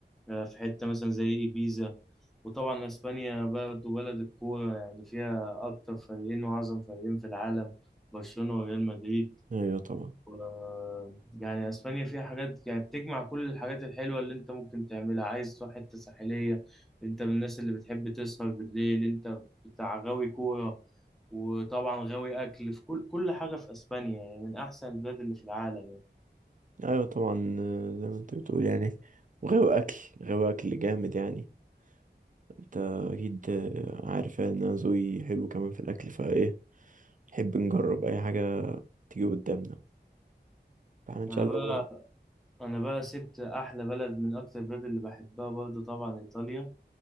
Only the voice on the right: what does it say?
أيوة طبعا
أيوة طبعا آه، زي ما أنت بتقول يعني وغاوي أكل غاوي أكل جامد يعني أنت أكيد آه، عارف يعني إن أنا ذوقي حلو كمان في الأكل فإيه نحب نجرب أي حاجة تيجي قدامنا فإحنا إن
شاء
الله نروح